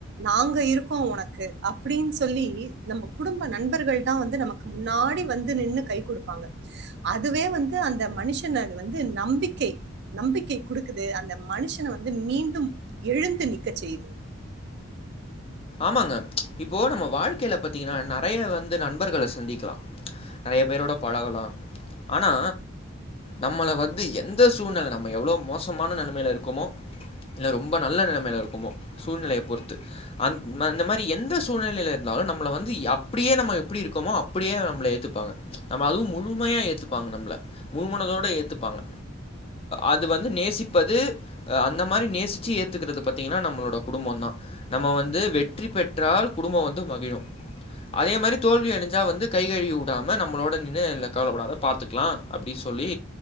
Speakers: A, on the right (about 55°); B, on the left (about 30°).
A: நாங்க இருக்கோம் உனக்கு அப்படின்னு சொல்லி நம்ம குடும்ப நண்பர்கள் தா வந்து நமக்கு முன்னாடி வந்து நின்று கை கொடுக்கும் பங்கா அதுவே வந்து அந்த மனுஷனுக்கு வந்து நம்பிக்கை நம்பிக்கை கொடுக்குது அந்த மனுஷனை வந்து மீண்டும் எழுந்து நிக்க செய்யுது
B: ஆமாங்க இப்போ நம்ம வாழ்க்கையில பாத்தீங்கன்னா நிறைய வந்து நண்பர்கள சந்திக்கலாம் நிறைய பேரோட பழகலாம் ஆனா நம்மள வந்து எந்த சூழ்நிலை நம்ம எவ்வளவு மோசமான நிலைமையில இருக்குமோ இல்ல ரொம்ப நல்ல நிலைமையில இருக்குமோ சூழ்நிலையை பொறுத்து அந அந்த மாதிரி எந்த சூழ்நிலையில் இருந்தாலும் நம்மள வந்து அப்படியே நம்ம எப்படி இருக்கோமோ அப்படியே நம்மளை ஏற்றுப்பாங்க நம்ம அதுவும் முழுமையாக ஏற்றுப்பாங்க நம்மள முழுமனதோடு ஏற்றுப்பாங்க அது வந்து நேசிப்பது அந்த மாதிரி நேசித்து ஏற்றுக்கிறது பார்த்திங்கன்னா நம்மளோட குடும்பம்தா நம்ம வந்து ந்து வெற்றி பெற்றால் குடும்பம் வந்து மகிழும் அதே மாதிரி தோல்வி அடைஞ்சா வந்து கைகழுவி விடாம நம்மளோட நின்று கவலைபடாத பாத்துக்கலாம் அப்படின்னு சொல்லி